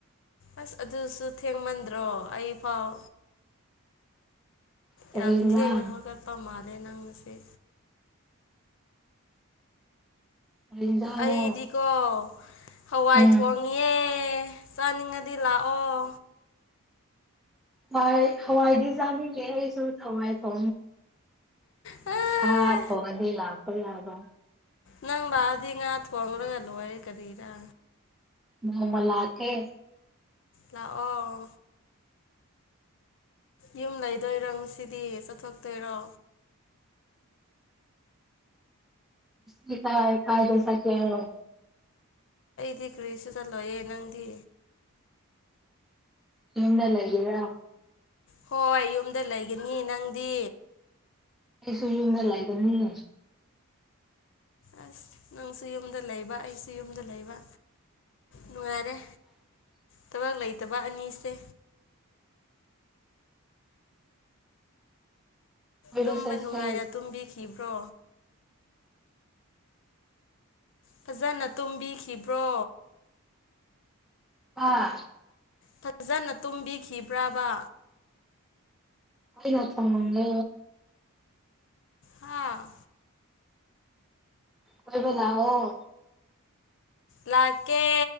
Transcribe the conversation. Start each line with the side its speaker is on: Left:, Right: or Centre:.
Left: ꯑꯁ ꯑꯗꯨꯁꯨ ꯊꯦꯡꯃꯟꯗ꯭ꯔꯣ ꯑꯩꯐꯥꯎ
Centre: ꯀꯔꯤ
Left: ꯌꯥꯝ
Centre: ꯏꯟꯖꯥꯡ
Left: ꯊꯦꯡꯅ ꯍꯧꯒꯠꯄ ꯃꯥꯜꯂꯦ ꯅꯪ ꯉꯁꯤ
Centre: ꯀꯔꯤ ꯏꯟꯖꯥꯡꯅꯣ
Left: ꯑꯩꯗꯤꯀꯣ ꯍꯋꯥꯏ
Centre: ꯎꯝ
Left: ꯊꯣꯡꯉꯉꯦ ꯆꯥꯅꯤꯡꯉꯗꯤ ꯂꯥꯛꯑꯣ
Centre: ꯍꯋꯥꯏ ꯍꯋꯥꯏꯗꯤꯖꯥꯅꯤ ꯀꯦꯁꯨ ꯊꯋꯥꯏ ꯊ
Left: ꯑꯥ
Centre: ꯁꯥꯥ ꯊ ꯃꯗꯤ ꯂꯥꯛꯄꯣꯏ ꯌꯥꯕ
Left: ꯅꯪ ꯂꯗꯤ ꯉꯥ ꯊꯣꯡꯉꯒ ꯂꯣꯏꯔꯦ ꯀꯔꯤꯔꯥ
Centre: ꯃꯃ ꯂꯥꯀꯦ
Left: ꯂꯥꯛꯑꯣ ꯌꯨꯝ ꯂꯩꯗꯣꯏꯔꯪ ꯁꯤꯗꯤ ꯆꯠꯊꯣꯛꯇꯣꯏꯔꯣ
Centre: ꯁ ꯇ ꯀꯥꯏꯗꯦꯁꯥ ꯈꯦꯅꯣ
Left: ꯊꯤꯈ꯭ꯔꯦꯁꯨ ꯆꯠꯂꯣꯌꯦꯦ ꯅꯪꯗꯤ
Centre: ꯍꯟꯅ ꯂꯩꯒꯔꯥ
Left: ꯍꯣꯏ ꯌꯨꯝꯗ ꯂꯩꯒꯅꯤ ꯅꯪꯗꯤ
Centre: ꯑꯩꯁꯨꯨ ꯃ ꯂꯒꯅꯤꯅ
Left: ꯑꯁ ꯅꯪꯁꯨ ꯌꯨꯝꯗ ꯂꯩꯕ ꯑꯩꯁꯨ ꯌꯨꯝꯗ ꯂꯩꯕ
Centre: <unintelligible>
Left: ꯅꯨꯡꯉꯥꯏꯔꯦ ꯊꯕꯛ ꯂꯩꯇꯕ ꯑꯅꯤꯁꯦ
Centre: ꯀꯣꯏꯕ
Left: ꯇꯨꯝꯕ
Centre: ꯆꯠꯁꯦ
Left: ꯅꯨꯡꯉꯥꯏꯅ ꯇꯨꯝꯕꯤꯈꯤꯕ꯭ꯔꯣ ꯐꯖꯅ ꯇꯨꯝꯕꯤꯈꯤꯕ꯭ꯔꯣ
Centre: ꯑꯥ
Left: ꯐꯖꯅ ꯇꯨꯝꯕꯤꯈꯤꯕ꯭ꯔꯕ
Centre: ꯑꯩꯅꯥ ꯊꯣꯡꯂꯝꯂꯦ
Left: ꯍꯥꯥ
Centre: ꯀꯣꯏꯕ ꯂꯥꯀꯑꯣ
Left: ꯂꯥꯛꯀꯦ